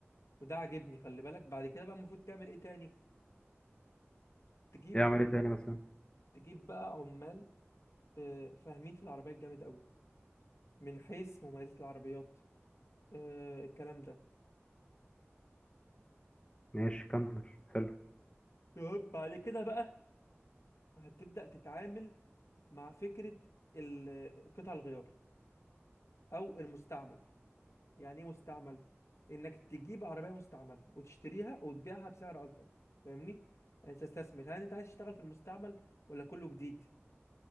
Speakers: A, on the left; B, on the left.
A: وده عاجبني خلي بالك بعد كده بقى المفروض تعمل ايه تاني تجيب
B: يعمل ايه تاني مثلا
A: تجيب بقى عمال آه، فاهمين في العربيات جامد قوي من حيث مميزات العربيات آه، الكلام ده
B: ماشي كمل حلو
A: يب. بعد كده بقى هتبدأ تتعامل مع فكرة ال- قطع الغيار او المستعمل يعني ايه مستعمل انك تجيب عربيه مستعمله وتشتريها وتبيعها بسعر اكبر فاهمني يعني تستثمر هل انت عايز تشتغل في المستعمل ولا كله جديد